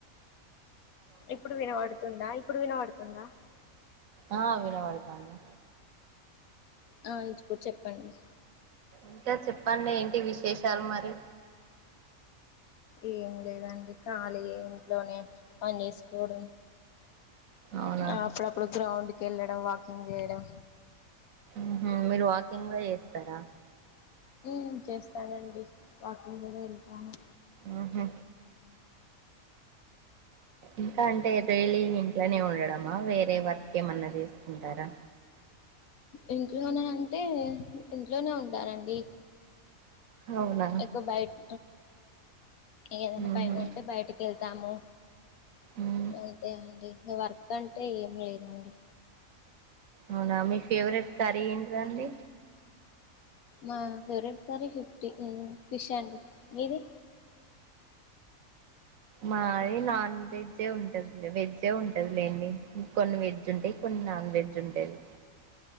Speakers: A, on the left; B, on the right.
A: ఇప్పుడు వినబడుతుందా ఇప్పుడు వినబడుతుందా
B: ఆ వినపడుతంది
A: ఆ ఇచ్చుపుడ్ చెప్పండి
B: ఇంకా చెప్పండి ఏంటి విశేషాలు మరి
A: ఎం లేదండి కాళియే ఇంట్లోనే పని చేేసుకోవడం
B: అవునా
A: ఆ అప్పుడప్పుడు గ్రౌండ్కి వెళ్ళడం వాకింగ్ చేయడం
B: మ్ హు మీరు వాకింగ్ కుడా చేస్తారా
A: మ్ చేస్తానండి వాకింగ్ కూడా వెళ్తాను
B: మ్ హు ఇంకా అంటే డైలి ఇంట్లోనే ఉండడమా వేరే వర్క్ ఏమన్నా చేసుకుంటారా
A: ఇంట్లోనే అంటే ఇంట్లోనే ఉంటానండి
B: అవునా
A: ఎక్కువ బైట్ ఏదైనా
B: ఉహు
A: పని ఉంటే బయటికేళ్తాము
B: ఉమ్
A: అంతే అండి వర్క్ అంటే ఏం లేదండి
B: అవునా మీ ఫేవరెట్ కర్రీ ఏంటిదండి
A: మా ఫేవ్రెట్ కర్రి ఫిఫ్టి ఊ ఫిష్షండి మీది
B: మాయి నాన్ వెజ్జే ఉంటద్లె వెజ్జే ఉంటద్లేండి కొన్ని వెజ్జుంటయ్ కొన్ నాన్వెజ్జుంటది.